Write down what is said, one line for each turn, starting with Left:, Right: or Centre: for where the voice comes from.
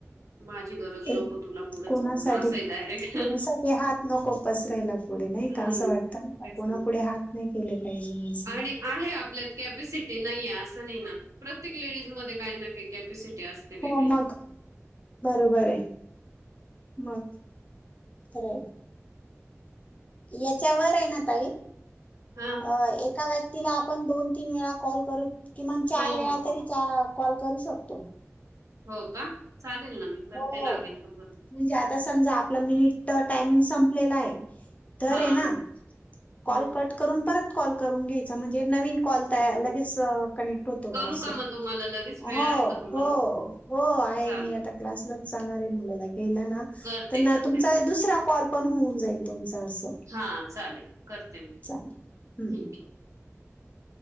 Right: माझी गरज नको
Left: एक
Right: तुला पुढे
Left: कोणासाठी
Right: चालून असं आहे डायरेक्ट
Left: कोणासाठी हात नको पसरायला पुढे नाही
Right: हम्म
Left: का असं वाटत नाही का
Right: तेच
Left: कोणा
Right: ना.
Left: पुढे हात नाही केले पाहिजे म्हण
Right: आणि आहे आपल्यात कॅपसिटी ते नाहीये असं नाही ना प्रत्येक लेडीज मध्ये काही ना का कॅपॅसिटी असते वेगळी
Left: हो मग बरोबर आहे मग खरं याच्यावर आहे ना ताई
Right: हा
Left: अ एका व्यक्तीला आपण दोन तीन वेळा कॉल करू किमान चार
Right: हो
Left: वेळा
Right: हो
Left: तरी
Right: हो
Left: कॉल करू शकतो
Right: हो का चालेल ना मी करते
Left: हो
Right: लागेल तरून
Left: म्हणजे आता समजा आपलं मिनिट टायमिंग संपलेलं आहे तररे
Right: हा हा
Left: ना कॉल
Right: हम्म,
Left: कट करून परत कॉल करून घ्यायचा म्हणजे नवीन कॉल त्या
Right: हम्म.
Left: लगेच कनेक्ट होतो
Right: करू
Left: ग असं
Right: का मग तुम्हाला लगेच वेळ
Left: हो
Right: आहे का तुम्हाला
Left: हो हो आहे
Right: चालेल
Left: मी आता क्लासलाच जाचाणार आहे मुलाला घ्यायला ना
Right: करते
Left: प
Right: करते
Left: तुमचा
Right: मग
Left: दुसरा कॉल पण होऊन जाईल तुमच असं
Right: हा चालेल करते मी
Left: चालेल हम्म
Right: थक य